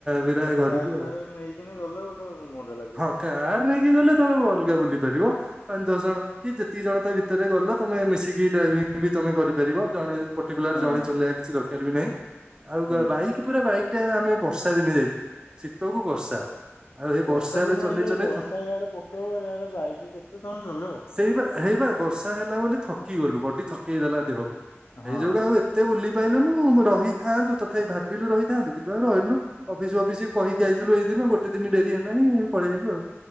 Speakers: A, on the right; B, on the left.
A: ବିଦାୟ ଘରକୁ
B: କାର ଫାର
A: ଆଉ
B: ନେଇକିନି ଗଲେ ଗୋଟେ ମଜା ଲାଗିବ
A: ହ କା କି ଗଲେ ତମ ଅଲଗା ବୁଲି ପାରିବ। ପାଞ୍ଚ ଦଶ ଜଣ କି ଯେତିକି ଜଣ ତା ଭିତରେ ଗଲ ତମେ ମିଶିକି ଡା ବି ତମେ କରିପାରିବ ଜଣେ କୁ
B: ହଁ।
A: ଜଣେ ଚଲେଇବା କିଛି ଲୋକଲ ବି ନହିଁ ଆଉ
B: ହୁଁ
A: ବାଇ ପୁରା ବାଇକ୍ ଏଟେ ଆମେ ବର୍ଷା ଦିନେ ଯାଇଥିଲୁ ଶୀତକୁୁ ବର୍ଷା
B: ବ-
A: ଆଉ ଏଇ
B: ବର୍ଷା
A: ବର୍ଷାରେ
B: ଦିନ
A: ଚଲେେଇ
B: ହେଲେ
A: ଚଲେେଇ
B: ବର୍ଷା ଇଆଡେ ପକେଇବ ଇଆଡେ ବାଇକ୍ କେତେ ତମେ ଚଲେଇବ।
A: ସେଇ ହେଇବା ବର୍ଷା ହେଲା ବୋଲି ଥକି ଗଲୁ ବଟି ଥକେଇଦଲା ଦେହକୁ ସେଇ
B: ହଁ
A: ଯୋଗୁ ଆଉ ଏତେ ବୁଲି ପାଇଲୁୁ ରହିଥାନ୍ତୁ ତଥାପି ଭାବିଲୁ ରହିଥାନ୍ତୁ କିମ୍ବା ରହିଲୁ ଅଫିସ ଫଫିସ କହିକି ଯାଇଥିଲୁ ଏଇିନ ଗୋେ ଦିନ ଡେରି ହେଲାଣି ପଳେଇଲୁ ଆଉ।